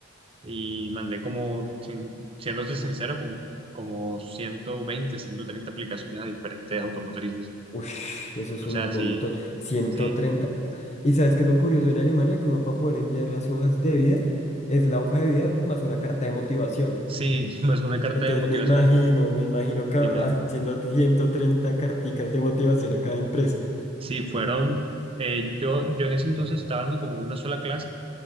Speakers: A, on the right; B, on the left.
A: y mandé como, sin- siéndote sincero, como, como ciento veinte ciento treinta aplicaciones a diferentes automotrices.
B: Ush, eso es
A: Entonces,
B: un
A: así,
B: montón, ciento
A: sí,
B: treinta ¿Y sabes qué es lo curioso en Alemania? Que uno para poder enviar las hojas de vida es la hoja de vida más una carta de motivación.
A: sí, <laughs> más una carta
B: Entonces
A: de motivación,
B: me imagino,
A: entonces,
B: me imagino ca-
A: imagínate.
B: haciendo 130 carticas de motivación a cada empresa.
A: Sí, fueron, eh, yo, yo en ese entonces estaba dando como una sola clase